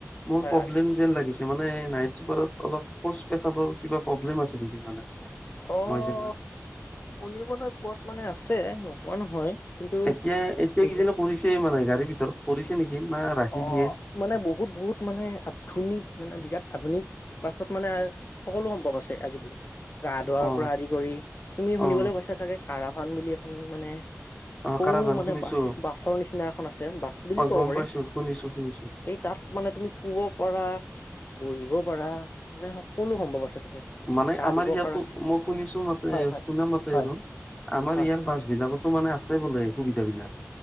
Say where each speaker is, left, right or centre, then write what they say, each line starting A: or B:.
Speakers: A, on the left; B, on the left.
A: মোৰ
B: হয়
A: প্ৰব্লেম
B: হয়
A: যেন লাগিছে মানে নাইট চুপাৰত অলপ শৌচ পেচাবৰ কিবা প্ৰব্লেম আছে নেকি মানে
B: অ'
A: মই জনাত
B: শুনিবলে পোৱাত মানে আছে নোহোৱা নহয় কিন্তু
A: এতিয়া এতিয়া
B: দীঘ
A: কিজানি কৰিছে মানে গাড়ীৰ ভিতৰত কৰিছে নেকি না ৰাখি
B: অ'
A: দিয়ে
B: মানে বহুত বহুত মানে আধুনিক মানে বিৰাট আধুনিক বাছত মানে সকলো সম্ভৱ আছে আজিকালি গা ধুৱাৰ
A: অ
B: পৰা আদি কৰি তুমি শুনিবলৈ
A: অ
B: পাইছা চাগে কাৰাপ বান বুলি এসময়ত মানে
A: অ
B: সৰু
A: কাৰাবান
B: মানে
A: শুনিছো
B: বাছ বাছৰ নিচিনা এখন আছে বা বুলি
A: অ
B: ক'ব
A: গম
B: পাৰি
A: পাইছো শুনিছো শুনিছো
B: এই তাত মানে তুমি শুব শুব পৰা বহিব পাৰা মানে সকলো সম্ভৱ আছে তাতে
A: মানে
B: গা
A: আমাৰ
B: ধুব
A: ইয়াতো
B: পাৰা
A: মই শুনিছো মাতে
B: হয় হয়
A: শুনা মতে
B: হয়
A: আৰু আমাৰ
B: হয়
A: ইয়াৰ বাছ বিলাক আগতো মানে আছে বোলে সুবিধা বিলাক